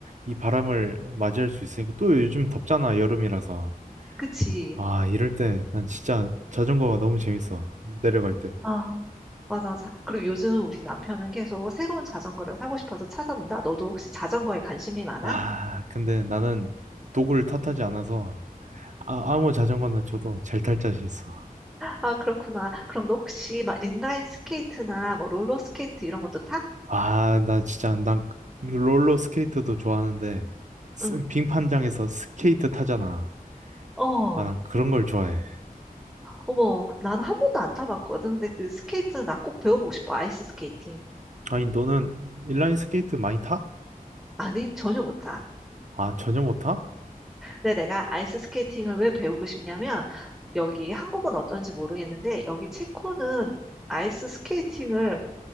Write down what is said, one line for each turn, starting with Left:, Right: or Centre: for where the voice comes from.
Right: 이 바람을 맞이할 수 있으니까 또 요즘 덥잖아, 여름이라서.
Centre: 그치.
Right: 아, 이럴 때 난 진짜 자전거가 너무 재밌어. 내려갈 때.
Centre: 아, 맞아. 자, 그리고 요즘 우리 남편은 계속 새로운 자전거를 사고 싶어서 찾아본다. 너도 혹시 자전거에 관심이 많아?
Right: 아, 근데 나는 도구를 탓하지 않아서 아, 아무 자전거나 줘도 잘 탈 자신 있어.
Centre: 아, 그렇구나. 그럼 너 혹시 막 인라인 스케이트나 뭐 롤러 스케이트 이런 것도 타?
Right: 아, 나 진짜, 난 롤러 스케이트도 좋아하는데, 스-
Centre: 응.
Right: 빙판장에서 스케이트 타잖아.
Centre: 어.
Right: 아, 난 그런 걸 좋아해.
Centre: 어머, 난 한 번도 안 타봤거든. 근데 그 스케이트는 나 꼭 배워보고 싶어. 아이스 스케이팅.
Right: 아니, 너는 인라인 스케이트 많이 타?
Centre: 아니, 전혀 못 타.
Right: 아, 전혀 못 타?
Centre: 근데 내가 아이스 스케이팅을 왜 배우고 싶냐면 여기 한국은 어떤지 모르겠는데 여기 체코는 아이스 스케이팅을